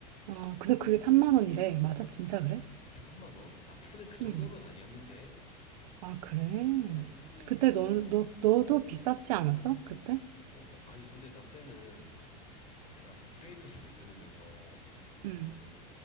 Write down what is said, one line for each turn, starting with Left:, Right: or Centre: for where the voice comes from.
Right: 아 근데 그게 3만 원이래. 맞아? 진짜 그래?
Left: 3만 원? 라떼는 그 정도는
Right: 응
Left: 아니었는데.
Right: 아 그래?
Left: 어, 그리고
Right: 그때 너, 너,
Left: 어, 어.
Right: 너도 비쌌지 않았어? 그때?
Left: 어, 나- 아니 근데 라떼는 내가 그 유레일 패스 끊으면서
Right: 응
Left: 이제